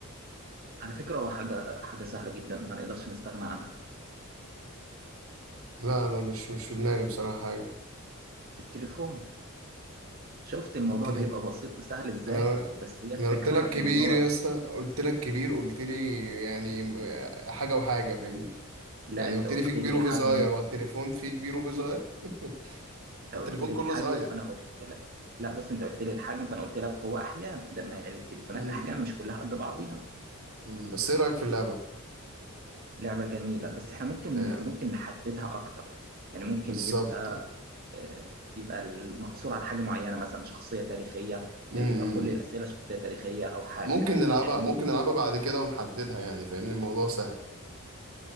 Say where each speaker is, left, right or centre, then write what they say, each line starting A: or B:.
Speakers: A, on the right; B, on the right.
A: على فكرة هو حاجة حاجة سهلة جدا ما نقدرش نستغنى عنها
B: لا انا مش مش في دماغي بصراحة حاجة
A: التليفون شفت الموضوع
B: قلت ليه
A: بيبقى بسيط وسهل إزاي
B: انا
A: بس هي الفكرة
B: انا قلت لك
A: إن
B: كبير
A: هو
B: يا اسطى قلت لك كبير قلت لي يعني م- حاجة وحاجة فاهمني
A: لا
B: يعني
A: أنت
B: قلت
A: قلت
B: لي في كبير
A: لي
B: وفي
A: حجمه
B: صغير والتليفون في كبير وفي صغير <laughs>
A: انت
B: التليفون
A: قلت لي
B: كله
A: الحجم
B: صغير
A: فانا قلت لك لا بص انت قلت لي الحجم فانا قلت لك هو احجام ده ما التليفونات
B: امم
A: احجام مش كلها قد بعضيها
B: أمم. بس ايه رأيك في اللعبة
A: لعبة جميلة بس احنا ممكن
B: آه،
A: ممكن نحددها اكتر يعني ممكن
B: بالظبط
A: يبقى آه، يبقى المقصور على حاجة معينة مثلا شخصية تاريخية
B: امم
A: يبقى كل الأسئلة شخصية تاريخية او حاجة
B: ممكن
A: يعني
B: نلعبها
A: يعني ممكن
B: ممكن نلعبها بعد كده ونحددها يعني فاهمني الموضوع سهل